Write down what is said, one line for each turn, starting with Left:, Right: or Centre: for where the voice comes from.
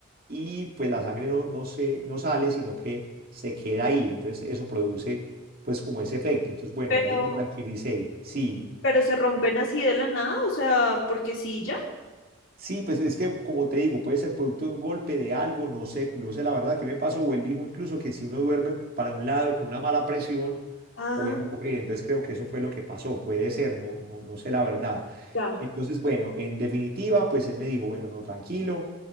Right: y pues la sangre no, no se, no sale, sino que se queda ahí, entonces eso produce pues como ese efecto, entonces bueno,
Left: Pero,
Right: ya ahí me tranquilicé, sí.
Left: pero se rompen así de la nada, o sea, porque sí, ya.
Right: Sí, pues es que, como te digo, puede ser producto de un golpe, de algo, no sé, no sé la verdad qué me pasó, o él dijo incluso que si uno duerme para un lado con una mala presión,
Left: Ah,
Right: puede ocurrir, entonces creo que eso fue lo que pasó, puede ser, no, no, no sé la verdad.
Left: ya.
Right: Entonces, bueno, en definitiva, pues él me dijo, bueno, no, tranquilo,